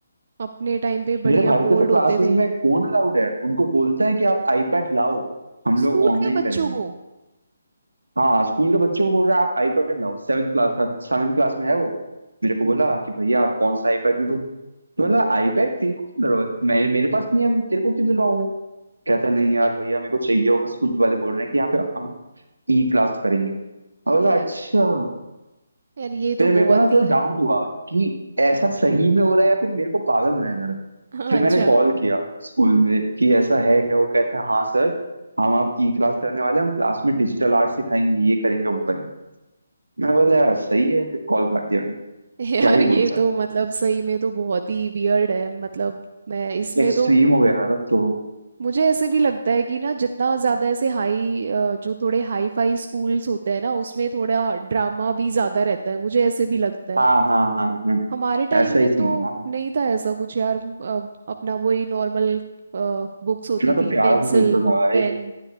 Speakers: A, on the right; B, on the right.
A: अपने टाइम पे
B: मेरे
A: बढ़िया
B: भाई के
A: बोर्ड
B: तो क्लासेस
A: होते थे
B: में फोन अलाउड है उनको बोलता है कि आप आईपैड लाओ हम लोग
A: स्कूल
B: ऑनलाइन
A: के बच्चों
B: करेंगे
A: को
B: हाँ स्कूल के बच्चों को बोल रहा है आप आईपैड लाओ सेवन क्लास का सेवन क्लास में है वो मेरे को बोला कि भैया कौन सा आईपैड लूँ तो बोला आईपैड तेरे को क्या जरूरत मेरे मेरे पास नहीं है अभी तेरे को क्यों दिलवाऊं मैं कहता नहीं यार भैया मेरे को चाहिए होगा स्कूल वाले बोल रहे हैं कि यहाँ पे हम ई क्लास करेंगे और बोला
A: या
B: अच्छा
A: यार ये तो
B: फिर मेरे
A: बहुत
B: को ना सर
A: ही
B: डाउट हुआ कि ऐसा सही में हो रहा है या फिर मेरे को पागल बनाया जा रहा है
A: <laughs>
B: फिर
A: अच्छा
B: मैंने कॉल किया स्कूल में कि ऐसा है क्या वो कहते हैं हाँ सर हम आप ई क्लास करने वाले हैं हम क्लास में डिजिटल आर्ट सिखाएंगे ये करेंगे वो करेंगे मैं बोला यार सही है फिर कॉल काट दिया मैंने
A: यार
B: क्या ही
A: ये
B: बोलता
A: तो मतलब सही में तो बहुत ही वियर्ड है मतलब मैं इसमें
B: एक्सट्रीम
A: तो
B: हो गया यार अब तो
A: मुझे ऐसे भी लगता है कि ना जितना ज्यादा ऐसे हाई जो थोड़े हाई फाई स्कूल्स होते हैं ना उसमें थोड़ा ड्रामा भी ज्यादा रहता है मुझे ऐसे भी लगता है
B: हाँ हाँ हाँ हाँ
A: हमारे टाइम
B: ऐसा ही
A: में
B: सीन
A: तो
B: है यार
A: नहीं था ऐसा कुछ यार अ, अपना वही नॉर्मल बुक्स होती
B: इतना तो
A: थी
B: प्यारा
A: पेंसिल
B: से चलता था भाई
A: पेन